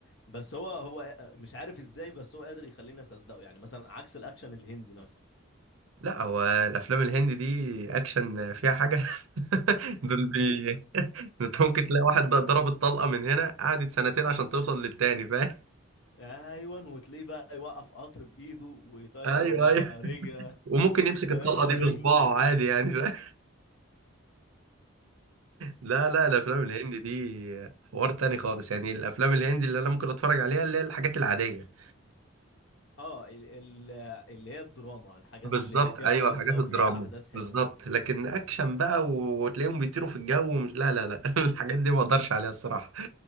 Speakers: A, on the left; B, on the right.
A: بس هو هو مش عارف ازاي بس هو قادر يخلينا نصدقه يعني مثلا عكس الاكشن الهندي مثلا
B: لا هو الافلام الهندي دي اكشن فيها حاجه <laughs> دول بي <laughs> انت ممكن تلاقي واحد ض- ضرب الطلقه من هنا قعدت سنتين عشان توصل للتاني فاهم
A: ايوه وتلاقيه بقى يوقف قطر بايده ويطير
B: ايوه ايوه
A: آه، رجل
B: وممكن يمسك
A: طياره
B: الطلقه
A: برجله
B: دي بصباعه عادي يعني فاهم لا لا الافلام الهندي دي حوار تاني خالص يعني الافلام الهندي اللي انا ممكن اتفرج عليها اللي هي الحاجات العاديه
A: اه ال ال اللي هي الدراما الحاجات
B: بالظبط
A: اللي فيها
B: ايوه
A: قصة
B: الحاجات
A: وفيها
B: الدراما
A: أحداث حلوة
B: بالظبط لكن اكشن بقى و- وتلاقيهم بيطيروا في الجو ومش لا لا لا <laughs> الحاجات دي ما اقدرش عليها الصراحه